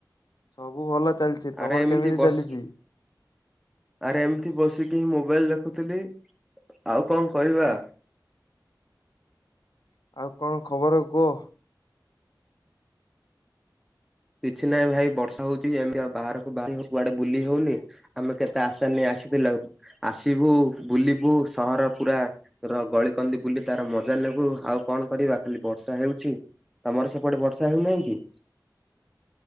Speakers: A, on the left; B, in the centre.
A: ସବୁ ଭଲ ଚାଲିଛି ତମର
B: ଆରେ ଏମିତି
A: କେମିତି
B: ବସ
A: ଚାଲିଛି
B: ଆରେ ଏମିତି ବସିକି ହିଁ ମୋବାଇଲ ଦେଖୁଥିଲି ଆଉ କଣ କରିବା
A: <unintelligible>
B: କିଛି ନାହିଁ ଭାଇ ବର୍ଷା ହଉଛି ଏମିତି ଆଉ ବାହାରକୁ ବାହାର କୁଆଡେ ବୁଲି ହଉନି ଆମେ କେତେ ଆସା ନେଇ ଆସିଥିଲ ଆସିବୁ ବୁଲିବୁ ସହର ପୁରା ର ଗଳିକନ୍ଦି ବୁଲି ତାର ମଜା ନେବୁ ଆଉ କଣ କରିବା ଖାଲି ବର୍ଷା ହେଉଛି ତମର ସେପଟେ ବର୍ଷା ହେଉନାହିଁ କି?